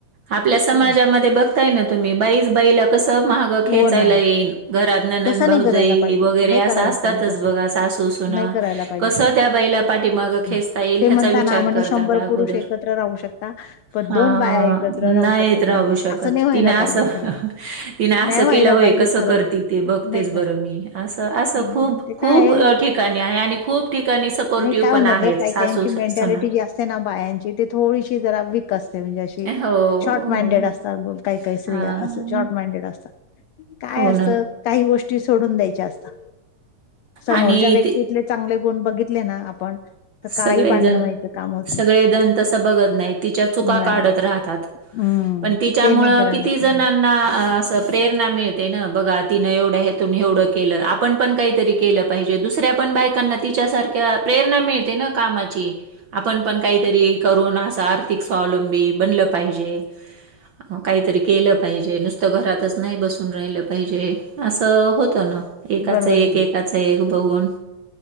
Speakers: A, on the right (about 60°); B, on the left (about 80°).
A: आपल्या समाजामध्ये
B: हं.
A: बघताय ना तुम्ही बाईच बाईला कसं महाग खेचायला
B: हो ना
A: येईन घरात ननंद
B: तसं
A: भाऊजाई
B: नाही करायला पाहिजे
A: वगैरे
B: नाही
A: असं
B: करायला
A: असतातच
B: पाहिजे तसं
A: बघा सासूसुना
B: नाही करायला पाहिजे
A: कसं
B: तसं
A: त्या बाईला पाठीमाग खेचता
B: हं.
A: येईल
B: ते
A: ह्याचा
B: म्हणता
A: विचार
B: ना म्हणे
A: करतात
B: शंभर
A: अगोदर
B: पुरुष एकत्र राहू शकता पण
A: ह
B: दोन बाया एकत्र राहू
A: नाहीत
B: शकत
A: राहू
B: नाही
A: शकत
B: असं नाही व्हायला
A: तिन असं
B: पाहिजे खरं
A: तिन असं
B: नाही व्हायला
A: केलं होय
B: पाहिजे
A: कसं
B: खरं
A: करतील ते बघतेच
B: नाही
A: बरं
B: का
A: मी असं असं
B: हं.
A: खूप
B: ते
A: खूप
B: काय आहे
A: ठिकाणी आहे आणि खूप ठिकाणी सपोर्टिव्ह
B: नाही काय
A: पण
B: होऊन
A: आहेत
B: जातं काही
A: सासू
B: काहींची मेंटॅलिटी
A: सुना
B: जी असते बायांची ते थोडीशी जरा वीक असते म्हणजे कि
A: हो,
B: शॉर्ट माइंडेड
A: हो.
B: असतात काही काही स्त्रिया
A: हां,
B: असं शॉर्ट माइंडेड असतात काय
A: हो
B: असं
A: ना
B: काही गोष्टी सोडून द्यायच्या असतात समोरच्या
A: आणि
B: व्यक्तीतले चांगले गुण बघितले ना आपण तर काही
A: सगळे
B: भांडणं
A: जण
B: व्हायचं काम होत नाही.
A: सगळे जण तस बघत नाहीत तिच्या चुका
B: नाही
A: काढत राहतात
B: हम्म
A: पण तिच्यामुळं
B: ते नाही करायला
A: किती जण
B: पाहिजे
A: प्रेरणा मिळते ना बघा तिन एवढून एवढं केलं आपण पण काहीतरी केलं पाहिजे दुसऱ्या पण बायकांना तिच्यासारख्या प्रेरणा मिळते ना कामाची आपण पण काहीतरी करूनं आर्थिक स्वावलंबी बनलं पाहिजे काही तरी केलं पाहिजे नुसतं घरातच नाही बसून राहिलं पाहिजे असं होतं ना एकाच
B: बरोबर
A: एक
B: आहे
A: एकाचा एक बघून